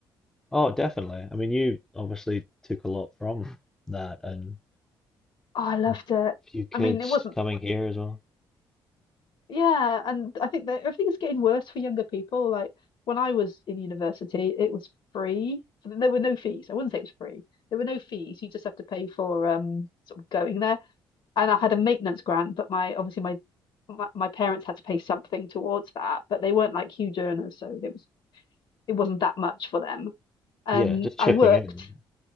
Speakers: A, in the centre; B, on the left.
A: Oh, definitely. I mean, you obviously took a lot from that, and
B: Oh, I loved
A: a
B: it.
A: few kids
B: I mean, it wasn't,
A: coming here as well.
B: yeah. And I think that everything's getting worse for younger people. Like when I was in university, it was free. There were no fees. I wouldn't say it was free. There were no fees. You just have to pay for um sort of going there. And I had a maintenance grant, but my obviously my my, my parents had to pay something towards that, but they weren't like huge earners, so it was it wasn't that much for them. And
A: Yeah, just chipping
B: I worked
A: in.